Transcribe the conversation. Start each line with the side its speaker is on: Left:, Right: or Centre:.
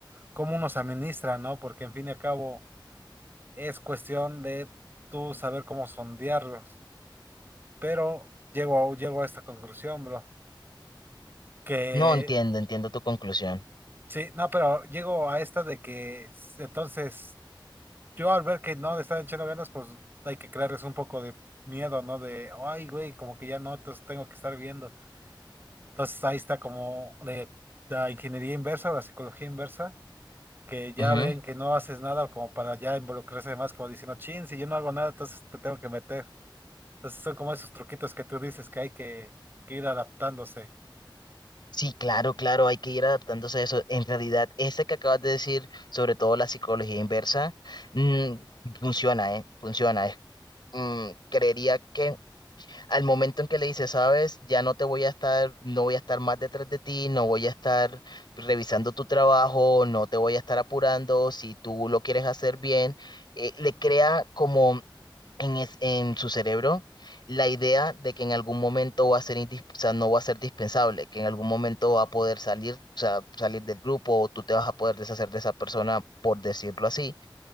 Right: cómo uno se administra, ¿no? Porque en fin y al cabo es cuestión de tú saber cómo sondearlos. Pero llego a, llego a esta conclusión, bro, que
Left: No entiendo, entiendo tu conclusión.
Right: sí, no, pero llego a esta de que s- entonces yo al ver que no le están echando ganas, pues hay que crearles un poco de miedo, ¿no? De, ay, güey, como que ya no, entonces tengo que estar viendo. Entonces ahí está como de la ingeniería inversa o la psicología inversa, que ya
Left: Ujú.
Right: ven que no haces nada como para ya involucrarse más, como diciendo, chin, si yo no hago nada, entonces te tengo que meter. Entonces son como esos truquitos que tú dices que hay que, que ir adaptándose.
Left: Sí, claro, claro, hay que ir adaptándose a eso. En realidad, este que acabas de decir, sobre todo la psicología inversa, mm, funciona, ¿eh? Funciona. Es- mm, creería que al momento en que le dices, sabes, ya no te voy a estar, no voy a estar más detrás de ti, no voy a estar revisando tu trabajo, no te voy a estar apurando, si tú lo quieres hacer bien, eh, le crea como en, es- en su cerebro la idea de que en algún momento va a ser, indis- o sea, no va a ser dispensable, que en algún momento va a poder salir, o sea, salir del grupo o tú te vas a poder deshacer de esa persona, por decirlo así.